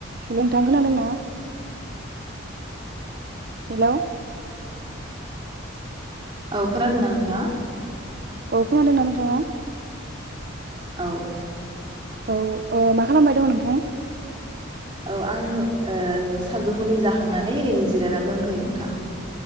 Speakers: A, on the right; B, on the right.
A: Hello नोंथां खोनादोंना। Hello.
B: औ खोनादोंना नोंथाङा।
A: औ खोनादोंना नोंथाङा?
B: औ।
A: औ ओ मा खालामबाय दंअ नोंथां?
B: औ आंङो। ओ सानजौफुनि जाखांनानै ओरैनो जिरायनान दंथयो नोंथां।